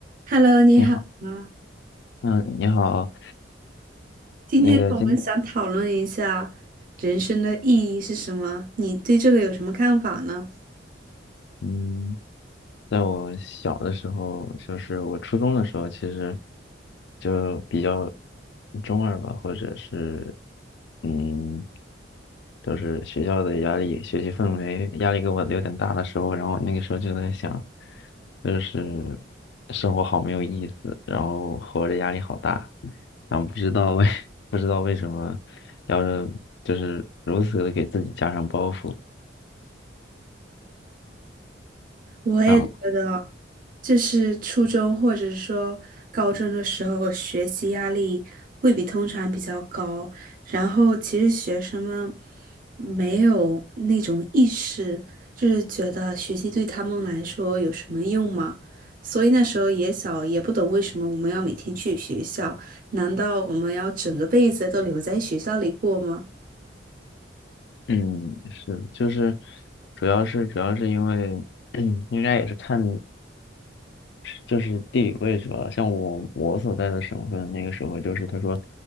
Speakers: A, on the right; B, on the left.
A: Hello，你好啊！
B: 你好，嗯，你好，
A: 今天我们想讨论一下人生的意义是什么？
B: 那个今，
A: 你对这个有什么看法呢？
B: 嗯，在我小的时候，就是我初中的时候，其实就比较中二吧，或者是，嗯，就是学校的压力、学习氛围压力给我有点大的时候，然后那个时候就在想，就是生活好没有意思，然后活着压力好大，然后不知道为 <laughs> 不知道为什么要是就是如此的给自己加上包袱。
A: 我也觉得，
B: 啊，
A: 就是初中或者说高中的时候，学习压力会比通常比较高。然后，其实学生们没有那种意识，就是觉得学习对他们来说有什么用嘛。所以那时候也小，也不懂为什么我们要每天去学校。难道我们要整个辈子都留在学校里过吗？
B: 嗯，是，就是，主要是主要是因为，<clears throat> 嗯，应该也是看，就是地理位置吧。像我我所在的省份，那个时候就是他说，